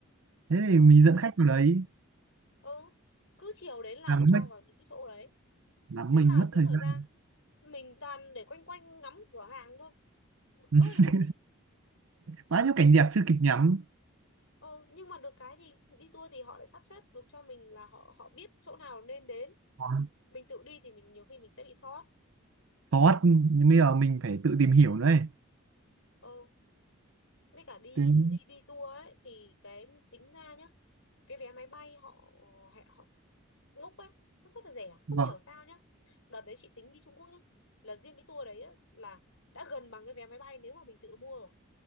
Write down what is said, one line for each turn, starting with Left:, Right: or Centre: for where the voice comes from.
Right: thế
Left: đấy
Right: thì mình dẫn khách vào đấy
Left: ừ cứ chiều đến là
Right: làm
Left: nó cho
Right: mất
Left: vào những cái chỗ đấy
Right: làm
Left: thế
Right: mình
Left: là
Right: mất
Left: cái
Right: thời
Left: thời
Right: gian
Left: gian mình toàn để quanh quanh ngắm cửa hàng thôi bực
Right: <laughs>
Left: ơi là bực
Right: bao nhiêu cảnh đẹp chưa kịp ngắm
Left: Ờ, nhưng mà được cái thì đi tour thì họ lại sắp xếp được cho mình là họ họ biết chỗ nào nên đến
Right: Còn
Left: mình tự đi thì mình nhiều khi mình sẽ bị sót
Right: sót nhưng bây giờ mình phải tự tìm hiểu nữa ấy.
Left: ờ với cả đi
Right: Đến...
Left: đi đi tour ấy thì cái tính ra nhá cái vé máy bay họ hệ họ ngốc ấy nó rất là rẻ không
Right: vâng
Left: hiểu sao nhá đợt đấy chị tính đi Trung Quốc nhá là riêng cái tour đấy á, là đã gần bằng cái vé máy bay nếu mà mình tự mua rồi